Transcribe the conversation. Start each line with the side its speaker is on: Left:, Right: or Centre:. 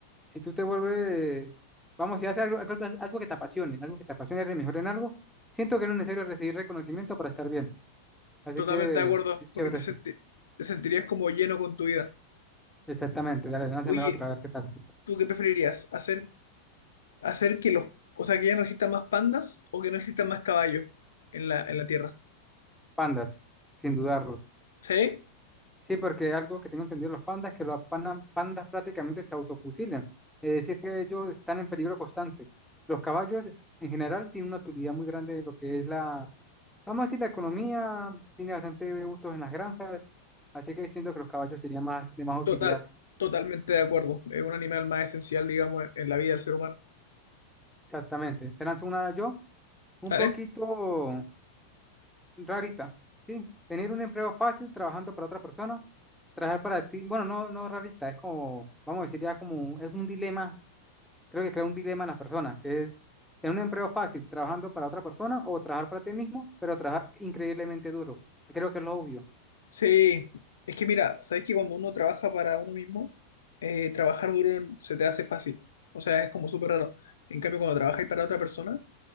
Centre: si tú te vuelves, vamos, si haces algo, algo, algo que te apasione, algo que te apasione, eres mejor en algo, siento que no es necesario recibir reconocimiento para estar bien. Así
Left: totalmente
Centre: que,
Left: de acuerdo,
Centre: es
Left: porque
Centre: chévere
Left: te,
Centre: eso.
Left: senti- te sentirías como lleno con tu vida.
Centre: Exactamente, dale, lánzame
Left: Oye,
Centre: otra, a ver qué tal.
Left: ¿tú qué preferirías? ¿Hacer, hacer que los, o sea, que ya no existan más pandas o que no existan más caballos en la, en la Tierra?
Centre: Pandas, sin dudarlo.
Left: ¿Sí?
Centre: Sí, porque algo que tengo entendido de los pandas es que los pandas, pandas prácticamente se autofusilan. Es decir, que ellos están en peligro constante. Los caballos, en general, tienen una utilidad muy grande de lo que es la Vamos a decir, la economía tiene bastante usos en las granjas, así que siento que los caballos serían más de más utilidad.
Left: Total, totalmente de acuerdo, es un animal más esencial, digamos, en, en la vida del ser humano.
Centre: Exactamente. Te lanzo una yo, un
Left: ¿Vale?
Centre: poquito rarita, ¿sí? Tener un empleo fácil trabajando para otra persona, trabajar para ti, bueno, no, no rarita, es como, vamos a decir ya como, es un dilema, creo que crea un dilema en las personas, que es tener un empleo fácil trabajando para otra persona o trabajar para ti mismo, pero trabajar increíblemente duro, que creo que es lo obvio.
Left: Sí, es que mira, sabes que cuando uno trabaja para uno mismo, eh, trabajar duro se te hace fácil. O sea, es como súper raro. En cambio, cuando trabajas para otra persona,